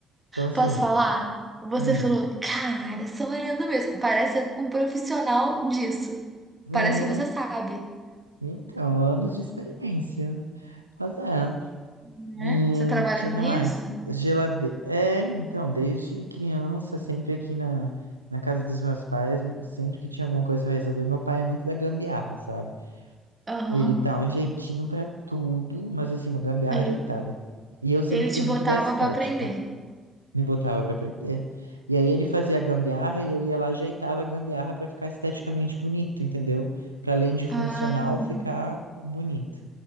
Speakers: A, on the right (about 85°); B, on the right (about 20°).
A: Então, assim,
B: Posso falar? Você
A: hum,
B: falou, cara, só olhando mesmo. Parece um profissional disso.
A: é,
B: Parece que você sabe,
A: então, anos de experiência. Mas é.
B: né?
A: E,
B: Você trabalha
A: deixa eu
B: com
A: ver
B: isso?
A: mais. Geladeira. É, então, desde criança, sempre aqui na, na casa dos meus pais, sempre que tinha alguma coisa pra resolver, meu pai é muito da gambiarra, sabe?
B: Aham.
A: Ele dá um jeitinho pra tudo, mas assim, uma gambiarra
B: Ele
A: ajeitada. E eu sempre
B: ele
A: fui
B: te botava
A: muito da estética,
B: pra aprender.
A: me botava pra aprender. E aí ele fazia a gambiarra e eu ia lá, ajeitava a gambiarra pra ficar esteticamente bonito, entendeu? Pra além de funcional,
B: Ah,
A: ficar bonito.